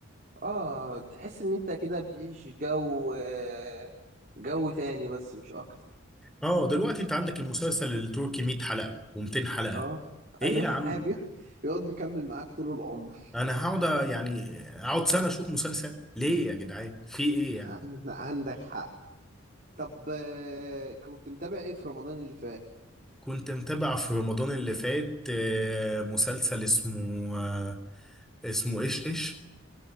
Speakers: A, on the right (about 40°); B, in the centre.
A: اه تحس إن أنت كده بتعيش جو آه، جو تاني بس مش أكتر
B: اه دلوقتي انت عندك المسلسل التركي 100 حلقة و200 حلقة
A: اه
B: ايه
A: ايوه
B: يا عم
A: <laughs> حابب يقعد مكمل معاك طول العمر
B: انا هقعد أ- يعني اقعد سنة اشوف مسلسل ليه يا جدعان في
A: <laughs>
B: ايه يعني
A: عن- عندك حق طب آه، كنت متابع ايه في رمضان اللي فات
B: كنت متابع في رمضان اللي فات آه، مسلسل اسمه آه، اسمه ايش ايش